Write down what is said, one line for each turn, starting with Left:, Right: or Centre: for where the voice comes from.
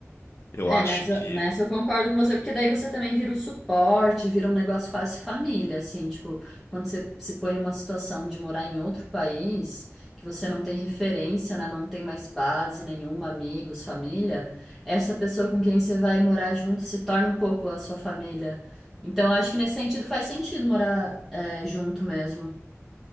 Left: Eu
Centre: É,
Left: acho
Centre: nessa,
Left: que.
Centre: nessa eu concordo com você, porque daí você também vira o suporte, vira um negócio quase família, assim, tipo, quando você se põe numa situação de morar em outro país, que você não tem referência, né, não tem mais base nenhuma, amigos, família, essa pessoa com quem você vai morar junto se torna um pouco a sua família. Então, eu acho que nesse sentido faz sentido morar, é, junto mesmo.